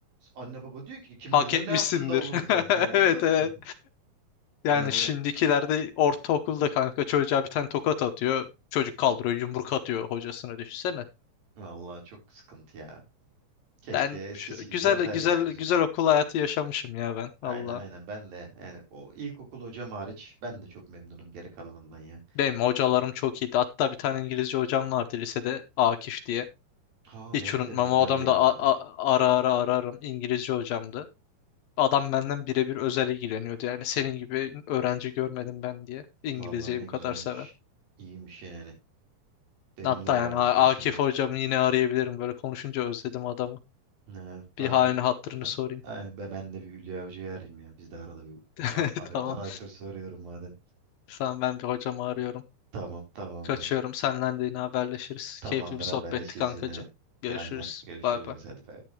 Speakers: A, on the right (about 65°); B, on the left (about 70°).
A: Anne baba diyor ki kim
B: Hak
A: bilir
B: etmişsindir.
A: ne yaptın da vurdu.
B: <laughs>
A: Yani anladın
B: Evet evet.
A: mı?
B: Yani
A: Yani
B: şimdikilerde ortaokulda kanka çocuğa bir tane tokat atıyor. Çocuk kaldırıyor, yumruk atıyor hocasına düşünsene.
A: vallahi çok sıkıntı ya. Keşke
B: Ben
A: eskisi
B: şu-
A: gibi
B: güzel
A: olsaydı
B: güzel
A: eski düzen.
B: güzel okul hayatı yaşamışım ya ben
A: Aynen
B: valla.
A: aynen ben de yani o ilkokul hocam hariç ben de çok memnunum geri kalanından ya.
B: Benim hocalarım çok iyiydi. Hatta bir tane İngilizce hocam vardı lisede Akif diye.
A: Ha
B: Hiç
A: benim
B: unutmam.
A: de Hülya
B: O adam
A: diye
B: da
A: vardı.
B: a- a- ara ara ararım İngilizce hocamdı. Adam benden birebir özel ilgileniyordu. Yani senin gibi öğrenci görmedim ben diye. İngilizceyi
A: Vallahi ne
B: bu kadar
A: güzelmiş.
B: seven.
A: İyiymiş yani. Benim
B: Hatta
A: de vardı
B: yani A-
A: birkaç
B: Akif
A: tane
B: hocam yine arayabilirim. Böyle konuşunca özledim adamı.
A: Evet, abi
B: Bir halini hatırını
A: ben,
B: sorayım.
A: ay, be- ben de bir Hülya Hoca'yı arayayım ya. Biz de arada bir
B: <laughs>
A: ar- alo,
B: Tamam.
A: arayıp soruyorum madem.
B: Sen ben bir hocamı arıyorum.
A: Tamam tamamdır.
B: Kaçıyorum. Senden de yine haberleşiriz.
A: Tamamdır
B: Keyifli bir sohbetti
A: haberleşiriz
B: kankacığım.
A: yine.
B: Görüşürüz.
A: Ve aynen görüşürüz
B: Bay bay.
A: hadi bay.